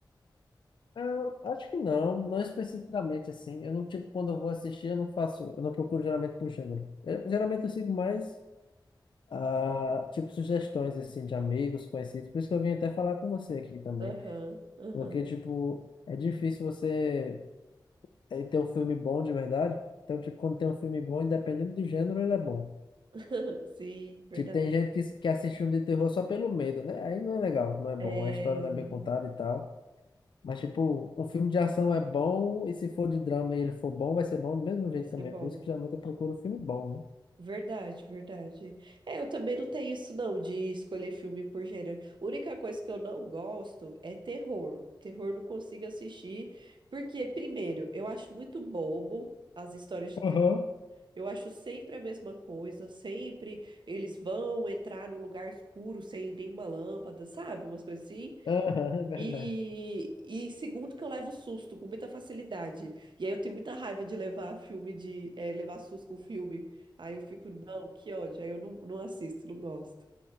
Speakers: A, on the left; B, on the right.
A: Ah, acho que não, não especificamente assim. Eu não, tipo, quando eu vou assistir, eu não faço, eu não procuro geralmente por gênero. Eu- geralmente eu sigo mais. ah, tipo, sugestões, assim, de amigos, conhecidos. Por isso que eu vim até falar com você aqui também.
B: Aham, aham.
A: Porque, tipo, é difícil você eh, ter um filme bom de verdade. Então, tipo, quando tem um filme bom, independente do gênero, ele é bom.
B: <laughs> Sim, verdade.
A: Tipo, tem gente que, que assiste filme de terror só pelo medo, né? Aí não é legal, não é bom.
B: É,
A: A história não é bem contada e tal. Mas, tipo, um filme de ação é bom, e se for de drama e ele for bom, vai ser bom do mesmo jeito
B: vai ser
A: também.
B: bom.
A: Por isso que geralmente eu procuro filme bom, né?
B: Verdade, verdade. É, eu também não tenho isso não, de escolher filme por gênero. A única coisa que eu não gosto é terror. Terror eu não consigo assistir, porque, primeiro, eu acho muito bobo as histórias de terror.
A: Aham.
B: Eu acho sempre a mesma coisa, sempre eles vão entrar num lugar escuro sem nenhuma lâmpada, sabe? Umas coisas assim.
A: Aham, <laughs> é verdade.
B: E, e segundo que eu levo susto com muita facilidade. E aí eu tenho muita raiva de levar filme de eh, levar susto com filme. Aí eu fico, não, que ódio. Aí eu não, não assisto, não gosto.